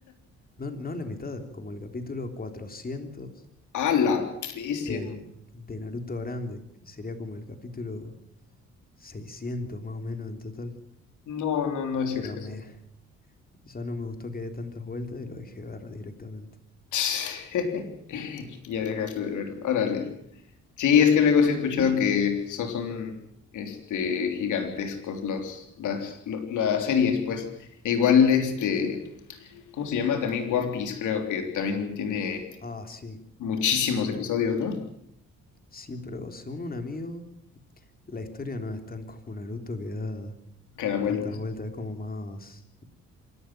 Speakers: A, on the left; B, on the left.
A: No, no a la mitad, como el capítulo 400
B: A la bestia.
A: del, de Naruto Grande. que Sería como el capítulo 600 más o menos en total.
B: No, no, no es
A: Pero
B: exceso.
A: me, ya no me gustó que dé tantas vueltas y lo dejé ver directamente.
B: <laughs> Ya dejaste de verlo. Órale. Sí, es que luego sí he escuchado que so- son este gigantescos los las lo- las series, pues. E igual este, ¿cómo se llama? También One Piece, creo que también tiene
A: Ah, sí.
B: muchísimos episodios, ¿no?
A: Sí, pero según un amigo, la historia no es tan como Naruto que da
B: Cada vuelta.
A: tantas vueltas. Es como más